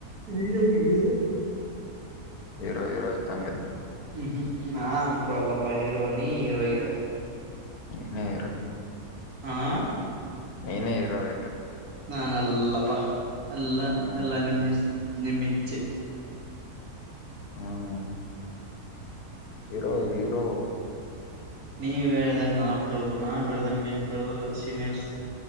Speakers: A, on the right; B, on the left.
A: ನೀ ಹಿ ಹಿರೋ
B: ಇರೋ ಇರೋ ಇದ್ದಾಗ
A: ಹ್ಮ ನ ಅಂತ್ ತು ಅಲ್ಲಪ್ಪ ಹೀರೋ ನೀ ಹೀರೋಯಿಗ
B: ನೀನ ಹೀರೋ
A: ಆ ಹ್
B: ನೀನೇ ಹೀರೋ ಇಗ
A: ನಾ. ನಲ್ ಲಪ ಎಲ್ಲ
B: ಹ್ಮ್
A: ಎಲ್ಲಾ ನಿಮ್ಮಿಷ್ ನಿಮ್ಮಿಚ್ಚೇ
B: ಹ್ಮ ಹ್ ಹೀರೋ ಹೀರೋ
A: ನೀವ್ ಹೇಳ್ದಂಗ್ ನಾವ್ ಕೇಳ್ದೋ, ನಾವ್ ಹೇಳ್ದಂಗ್ ನೀವ್ ಕೇಳ್ದಲ್ಲ, ಸೀನಿಯರ್ಸ್